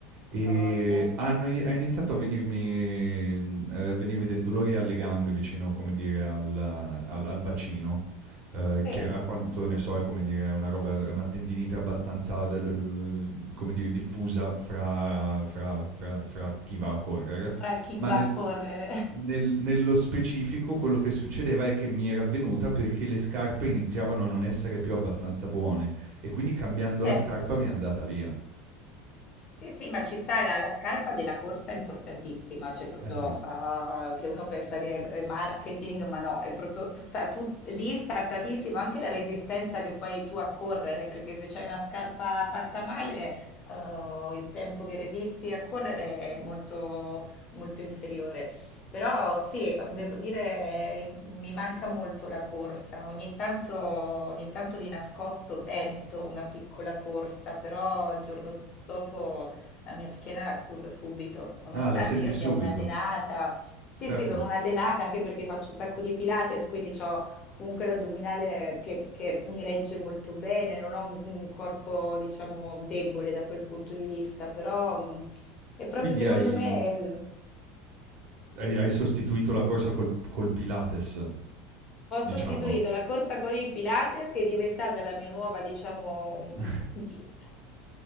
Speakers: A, on the right; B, on the left.
A: E
B: Voglia.
A: hanno ini- ha iniziato a venirmi, mhmm, a venirmi del dolore alle gambe vicino, come dire, al al al bacino, ehm,
B: Sì,
A: che a quanto ne so è come dire è una roba è una tendinite abbastanza de uhm, come dire, diffusa fra fra fra fra chi va a correre,
B: fra chi
A: ma
B: va
A: nel
B: a correre. <laughs>
A: nel nello specifico quello che succedeva è che mi era avvenuta perché le scarpe iniziavano a non essere più abbastanza buone e quindi cambiando
B: Certo.
A: la scarpa mi è andata via.
B: Sì, sì, ma ci sta la, la scarpa della corsa è importantissima, cioè proprio
A: Eh sì.
B: ah, che uno pensa che è marketing, ma no, è proprio sta tut- lì sta tantissimo anche la resistenza che poi hai tu a correre, perché se c'hai una scarpa fatta male, eh, il tempo che resisti a correre è molto, molto inferiore. Però sì, ehm, devo dire, eh, mi manca molto la corsa. Ogni tanto, ogni tanto di nascosto tento una piccola corsa, però il giorno dopo la mia schiena l'accusa subito, nonostante
A: Ah, la senti
B: io
A: subito.
B: sia un'allenata. Sì,
A: Certo.
B: sì, sono un'allenata anche perché faccio un sacco di Pilates, quindi ho comunque l'addominale che, che mi regge molto bene, non ho un, un corpo, diciamo, debole da quel punto di vista, però... mm, è proprio
A: Quindi
B: secondo
A: hai
B: me
A: hai hai sostituito la corsa col col Pilates,
B: Ho
A: diciamo.
B: sostituito la corsa con il Pilates, che è diventata la mia nuova, diciamo,
A: <laughs>
B: <laughs>